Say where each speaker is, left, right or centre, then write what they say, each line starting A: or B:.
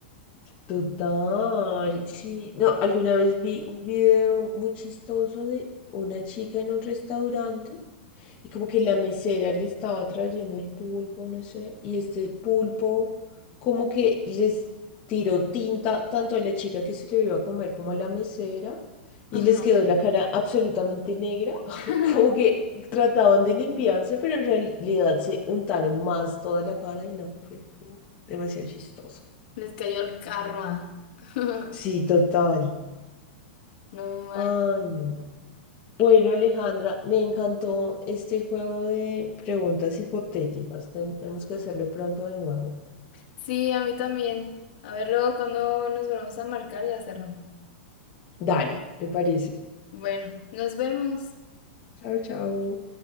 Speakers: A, on the left; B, on the left.
A: Total, sí. No, alguna vez vi un video muy chistoso de una chica en un restaurante y como que la mesera le estaba trayendo el pulpo, no sé, y este pulpo como que les tiró tinta tanto a la chica que se lo iba a comer como a la mesera y
B: Ajá.
A: les quedó la cara absolutamente negra, <laughs>
B: <laughs>
A: como que trataban de limpiarse, pero en realidad se untaron más toda la cara y no, fue como demasiado chistoso.
B: Les cayó el karma. <laughs>
A: Sí, total.
B: No mal.
A: Ah, no. Bueno, Alejandra, me encantó este juego de preguntas hipotéticas. Tenemos que hacerlo pronto de nuevo.
B: Sí, a mí también. A ver luego cuando nos volvemos a marcar y hacerlo.
A: Dale, me parece.
B: Bueno, nos vemos.
A: Chao, chao.